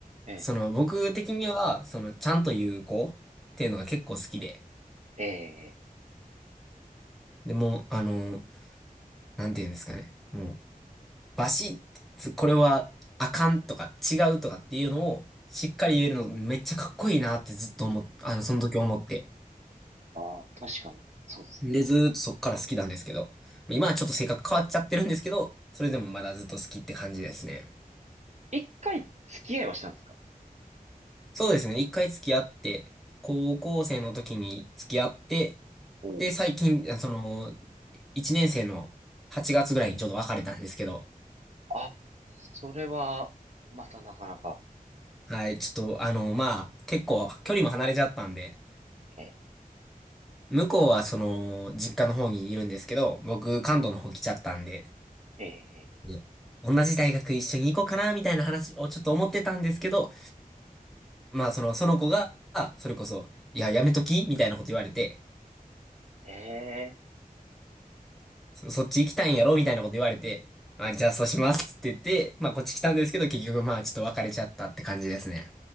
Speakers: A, on the right; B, in the centre.
A: ええ、
B: その僕的には、そのちゃんと言う子っていうのが結構好きで、
A: ええ、ええ
B: でも、あのなんて言うんですかね。もう、バシッて、すこれはあかんとか違うとかっていうのをしっかり言えるのめっちゃかっこいいなってずっと思っ、あの、その時思って。
A: ああ、確かに、そうですね。
B: で、ずーっとそっから好きなんですけど。今はちょっと性格変わっちゃってるんですけど、それでもまだずっと好きって感じですね。
A: 一回付き合いはしたんですか
B: そうですね。一回付き合って、高校生の時に付き合って、
A: おおー。
B: で、最近、あその、一年生の8月ぐらいにちょうど別れたんですけど、
A: あ、それは、またなかなか、
B: はい、ちょっと、あの、まあ、結構距離も離れちゃったんで、
A: ええ、
B: 向こうはその、実家の方にいるんですけど、僕、関東の方来ちゃったんで、
A: ええ、え
B: ね同じ大学一緒に行こうかな、みたいな話をちょっと思ってたんですけど、まあ、その、その子が、それこそ、いや、やめときみたいなこと言われて、
A: え、ええ、
B: そそっち行きたいんやろみたいなこと言われて、あ、じゃあそうしますって言って、まあ、こっち来たんですけど、結局、まあ、ちょっと別れちゃったって感じですね。